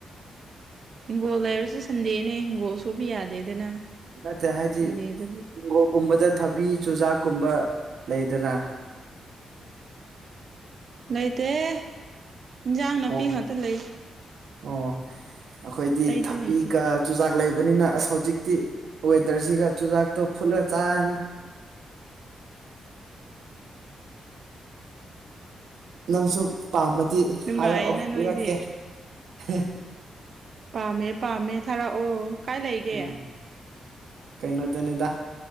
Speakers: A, on the right (about 45°); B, on the right (about 75°).
A: ꯍꯤꯡꯒꯣꯜ ꯂꯥꯏꯔꯁꯨ ꯁꯟꯗꯦꯅꯦ ꯍꯤꯡꯒꯣꯜ ꯁꯨꯕ ꯌꯥꯗꯦꯗꯅ
B: ꯅꯠꯇꯦ ꯍꯥꯏꯗꯤ
A: ꯁꯟꯗꯦꯗꯕꯨ
B: ꯍꯤꯡꯒꯣꯜꯀꯨꯝꯕꯗ ꯊꯕꯤ ꯆꯨꯖꯥꯛꯀꯨꯝꯕ ꯂꯩꯗꯅ
A: ꯂꯩꯇꯦꯍꯦ ꯍꯤꯟꯖꯥꯡ ꯅꯥꯄꯤ
B: ꯑꯣ
A: ꯉꯥꯛꯇ ꯂꯩ
B: ꯑꯣ ꯑꯈꯣꯏꯗꯤ
A: ꯑꯇꯩꯗ
B: ꯊꯕꯤꯒ
A: ꯂꯩꯇꯦ
B: ꯆꯨꯖꯥꯛ ꯂꯩꯕꯅꯤꯅ ꯑꯁ ꯍꯧꯖꯤꯛꯇꯤ ꯋꯦꯗꯔꯁꯤꯒ ꯆꯨꯖꯥꯛꯇꯣ ꯐꯨꯠꯂ ꯆꯥꯔꯅꯤ ꯅꯪꯁꯨ ꯄꯥꯝꯃꯗꯤ
A: ꯅꯨꯡꯉꯥꯏꯌꯦꯅ
B: ꯍꯥꯏꯔꯛꯑꯣ ꯄꯤꯔꯛꯀꯦ
A: ꯅꯣꯏꯗꯤ
B: ꯍꯦ
A: ꯄꯥꯝꯃꯦ ꯄꯥꯝꯃꯦ ꯊꯥꯔꯛꯑꯣ ꯀꯥꯏ ꯂꯩꯒꯦ
B: ꯎꯝ ꯀꯩꯅꯣꯗꯅꯤꯗ